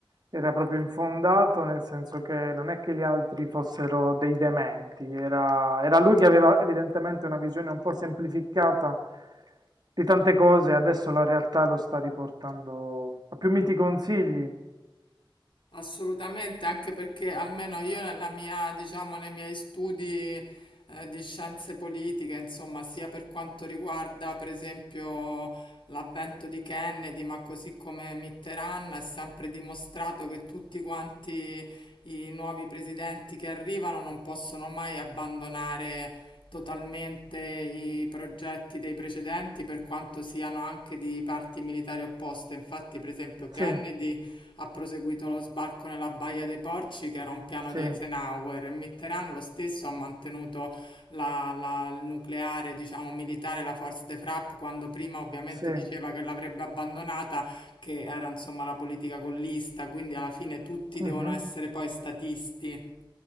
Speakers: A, on the right; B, on the left.
A: era proprio infondato, nel senso che non è che gli altri fossero dei dementi, era, era lui che aveva evidentemente una visione un po' semplificata di tante cose, adesso la realtà lo sta riportando a più miti consigli.
B: Assolutamente, anche perché almeno io nella mia, diciamo, nei miei studi eh, di scienze politiche, insomma, sia per quanto riguarda per esempio l'avvento di Kennedy, ma così come Mitterrand, è sempre dimostrato che tutti quanti i nuovi presidenti che arrivano non possono mai abbandonare totalmente i progetti dei precedenti, per quanto siano anche di parti militari opposte. Infatti, per esempio, Kennedy
A: Sì,
B: ha proseguito lo sbarco nella Baia dei Porci, che era un piano
A: sì,
B: di Eisenhower, e Mitterrand lo stesso ha mantenuto la- la- il nucleare, diciamo, militare, la Force de Frappe, quando prima ovviamente
A: sì.
B: diceva che l'avrebbe abbandonata, che era insomma la politica gollista, quindi alla fine tutti devono
A: Mhm.
B: essere poi statisti.